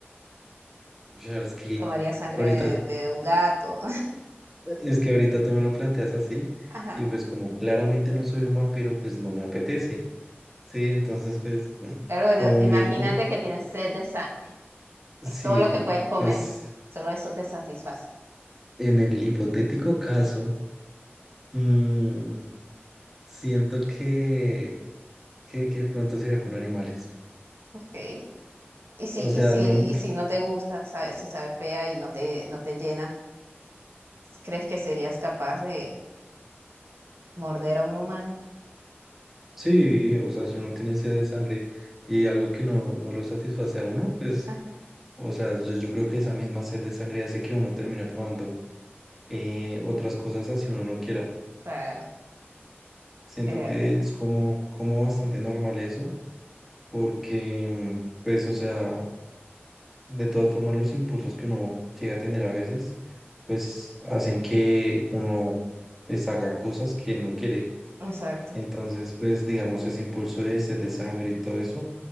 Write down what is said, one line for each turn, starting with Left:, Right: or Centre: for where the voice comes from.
Centre: pues, ya es que
Right: ¿Tomarías sangre
Centre: ahorita,
Right: de, de un gato?
Centre: es que ahorita tú me lo planteas así,
Right: <laughs> Ajá.
Centre: y pues como claramente no soy un vampiro, pues no me apetece. Sí, entonces, pues,
Right: Claro, bueno,
Centre: como
Right: imagínate
Centre: medio como,
Right: que tienes sed de sangre.
Centre: sí,
Right: Es todo lo que puedes comer.
Centre: pues.
Right: Solo eso te satisface.
Centre: En el hipotético caso, mm, siento que, que, que pronto sería con animales.
Right: Ok. Y si,
Centre: O sea,
Right: y si,
Centre: no, no-
Right: y si no te gusta, sabes, si sabe fea y no te, no te llena, ¿crees que serías capaz de morder a un humano?
Centre: sí, o sea, si uno tiene sed de sangre y hay algo que no, no lo satisface a uno, pues,
Right: Ah,
Centre: o sea, yo, yo creo que esa misma sed de sangre hace que uno termine probando eh, otras cosas así uno no quiera.
Right: claro,
Centre: Siento
Right: es verdad.
Centre: que es como, como bastante normal eso, porque, mm, pues, o sea, De todas formas, los impulsos que uno llega a tener a veces, pues hacen que uno pues haga cosas que no quiere.
Right: Exacto.
Centre: Entonces, pues digamos, ese impulso de sed de sangre y todo eso,